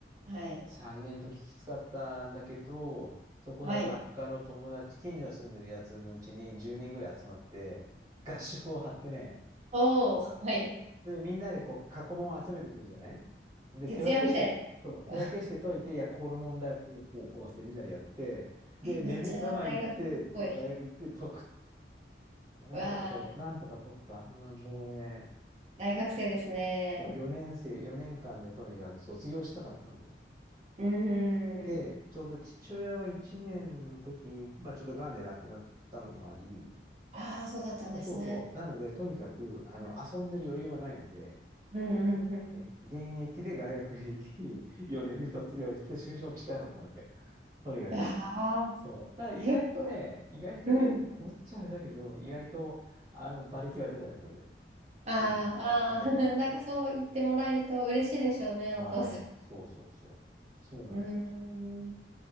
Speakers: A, on the right; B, on the right.
A: ん。はい。
B: 3年ときつかったんだけど、そこの学科の友達、
A: はい。
B: 近所に住んでるやつのうちに10人ぐらい集まって、合宿を張ってね、
A: おお、はい。
B: それでみんなでこう、過去問を集めてくるじゃないで、
A: 徹夜みたいな。
B: 手分けして、そう、手分けして解いて、
A: <laughs>
B: いや、この問題はこう、こう、こうしてみんなでやって、で、
A: え、
B: 眠いまま行って、
A: めっちゃ大学生っぽい。
B: そう、大学行って解く。なんとかと、
A: うわあ、
B: なんとか取った。うん、もうね、
A: 大学生ですね。
B: そう、4年生、4年間でとにかく卒業したかったので。
A: うんん
B: で、
A: うん。
B: ちょうど父親が1年の時に、まあちょっと癌で亡くなったのもあり、
A: ああ、そうだったんですね。
B: そうそうそう。なので、とにかく、あの、
A: うん
B: 遊んでる余裕はないので、
A: うんうん。
B: ね、現役で大学に行き、<laughs> 4年で卒業して就職したかったわけ。とにかく。
A: ああ
B: そう。だから意外とね、
A: ー、結構。
B: 意外と変、
A: うん。
B: こっちゃあれだけど、意外と、あの、馬力は出たね、それで。
A: あーあー、
B: うん。そんなことがあって。
A: <laughs> なんかそう言ってもらえると嬉しいでしょうね、
B: まあね、
A: お父さ
B: そうそうそう。そうなのよ。
A: ん。う